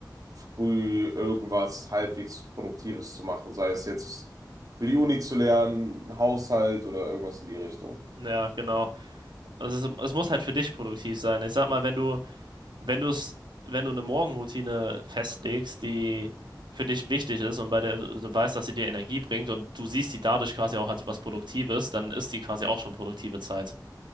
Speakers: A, on the right; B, on the right.
A: früh irgendwas halbwegs Produktives zu machen, sei es jetzt für die Uni zu lernen, Haushalt oder irgendwas in die Richtung.
B: Ja, genau. Also es, es muss halt für dich produktiv sein. Ich sag mal, wenn du, wenn du es, wenn du eine Morgenroutine festlegst, die für dich wichtig ist und bei der du du weißt, dass sie dir Energie bringt und du siehst die dadurch quasi auch als was Produktives, dann ist die quasi auch schon produktive Zeit.